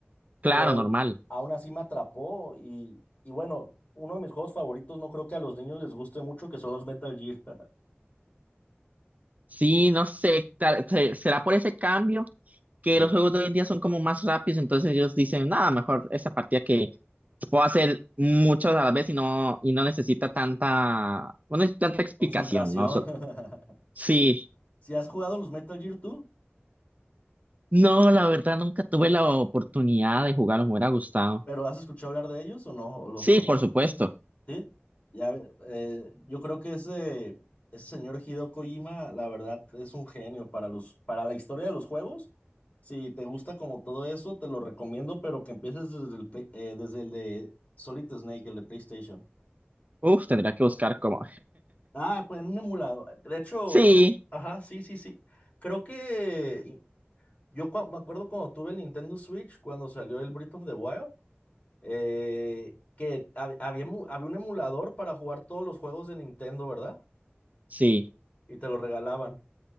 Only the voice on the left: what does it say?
pero
aún así me atrapó y, y bueno, uno de mis juegos favoritos, no creo que a los niños les guste mucho, que son los Metal Gear. <laughs>
Soy
concentración.
<laughs>
¿Si has jugado los Metal Gear tú?
¿Pero has escuchado hablar de ellos o no? ¿O los
conoces
más o menos? Sí, ya, ve- eh, yo creo que ese, ese señor Hideo Kojima, la verdad, es un genio para los, para la historia de los juegos. Si te gusta como todo eso, te lo recomiendo, pero que empieces desde el, play- eh, desde el de Solid Snake, el de PlayStation.
Ah, pues en un emulado. De hecho,
creo, ajá, sí, sí, sí. Creo que yo cua- me acuerdo cuando tuve el Nintendo Switch, cuando salió el Breath of the Wild. eh, que hab- había, mu- había un emulador para jugar todos los juegos de Nintendo, ¿verdad?
Y te lo regalaban.